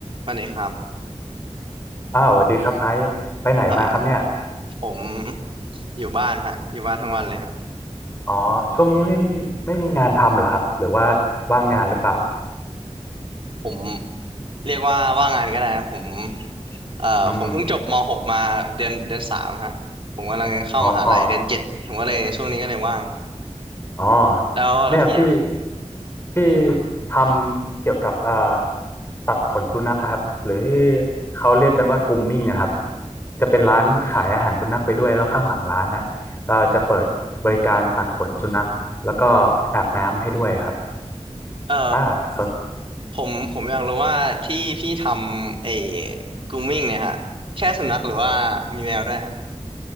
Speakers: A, on the right; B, on the left.
A: วันนี้ครับ
B: อ้าวสวัสดีครับไอซ์ไปไหนมาครับเนี่ย
A: เอ่อผมอยู่บ้านฮะอยู่บ้านทั้งวันเลยฮะ
B: อ๋อช่วงนี้ไม่มีไม่มีงานทำเหรอครับหรือว่าว่างงานหรือเปล่า
A: ผมเรียกว่าว่างงานก็ได้ครับผมเอ่อผมเพิ่งจบม
B: อืม
A: .6 มาเดือนเดือนสามฮะผมกำลังเข้ามหาลัยเดือนเจ็ดผมก็เลยช่วงนี้ก็เลยว่าง
B: อ๋ออ๋อ
A: แล้วแล้วพี่อะฮะ
B: เนี่ยพี่พี่ทำเกี่ยวกับเอ่อตัดขนสุนัขครับหรือที่เขาเรียกกันว่า grooming อะครับจะเป็นร้านขายอาหารสุนัขไปด้วยแล้วข้างหลังร้านน่ะก็จะเปิดบริการตัดขนสุนัขแล้วก็อาบน้ำให้ด้วยครับ
A: เอ่อ
B: อ่าสน
A: ผมผมอยากรู้ว่าที่พี่ทำไอ้ grooming เนี่ยฮะแค่สุนัขหรือว่ามีแมวด้วยฮะ